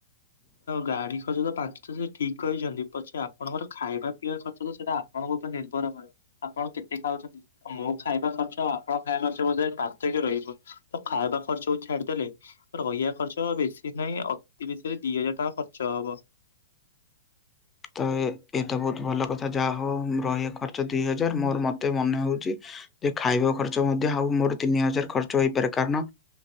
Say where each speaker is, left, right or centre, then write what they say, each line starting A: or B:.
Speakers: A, on the left; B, on the left.
A: ଗାଡି ଖର୍ଚ୍ଚ ତ ପାଞ୍ଚ ହଜାର ଠିକ୍ କହିଛନ୍ତି ପଛେ ଆପଣଙ୍କର ଖାଇବା ପିଇବା ଖର୍ଚ୍ଚ ସେଇଟା ଆପଣଙ୍କ ଉପରେ ନିର୍ଭର କରେ ଆପଣ କେତେ ଖାଉଛନ୍ତି ମୁଁ ଖାଇବା ଖର୍ଚ୍ଚ ଆପଣଙ୍କ ଖାଇବା ଖର୍ଚ୍ଚ ବୋଧେ ପାର୍ଥକ୍ୟ ରହିବ ତ ଖାଇବା ଖର୍ଚକୁ ଛାଡିଦେଲେ ରହିବା ଖର୍ଚ୍ଚ ବେଶୀ ନାହିଁ ଅତି ବେଶୀରେ ଦି ହଜାର ଟଙ୍କା ଖର୍ଚ୍ଚ ହବ
B: ତ ଏଇତ ବହୁତ ଭଲ କଥା ଯାହା ହଉ ରହିବା ଖର୍ଚ୍ଚ ଦି ହଜାର ମୋର ମତେ ମନେ ହଉଛି ଯେ ଖାଇବା ଖର୍ଚ୍ଚ ମଧ୍ୟ ଆଉ ମୋର ତିନି ହଜାର ଖର୍ଚ୍ଚ ହେଇପାରେ କାରଣ